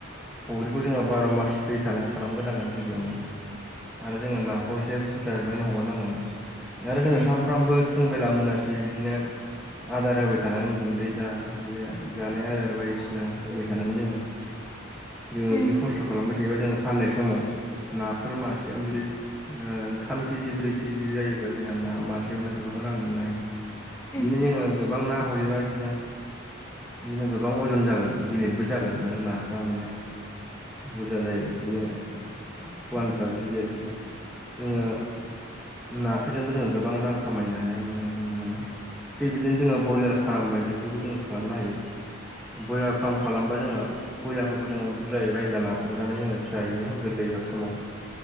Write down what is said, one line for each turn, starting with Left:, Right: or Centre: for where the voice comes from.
Centre: फुख्रिखौ जोङो बार' मास दै थानाय खालामग्रोनांगोन गिबियावनो। आरो जोङो नाखौ एसे बुरजा बुरजानो हगारनांगोन आरो जोङो
Left: उम
Centre: सानफ्रामबो फुं बेला मोनासि बिदिनो आदार होबाय थानांगोन गुन्दै जा बिदिनो जानाय आदार बायदिसिना होबाय थानांगोन जोङो <inaudible> जोङो
Left: उम
Centre: बिदि खस्थ'
Left: उम औ उम
Centre: खालामबाय थायोबा जोङो फाननाय समाव नाफोर मासेयावनो जुदि थाम केजि ब्रै केजिसो जायोबा जोंना ना मासेयावनो गोबां रां मोननो हायो बिदिनो
Left: उम
Centre: जोङो गोबां ना हरैबा बिदिनो बिदिनो गोबां अजन जागोन गिलिरबो जागोन आरो नाफोरा माने बुरजा जायो बिदिनो फुवानफ्रा जुदि देरजोबा जोङो नाफोरजोंबो जों गोबां रां खामायनो हायो मोनो मोनो थिग बिदिनो जोङो ब्रयलार फार्म बायदिखौबो जोङो खालामनो हायो ब्रयलार फार्म खालामबा जोङो बयलारफोरखौ जोङो बुरजायै बायला लाबोनानै जोङो फिसायैनो गोरलै समाव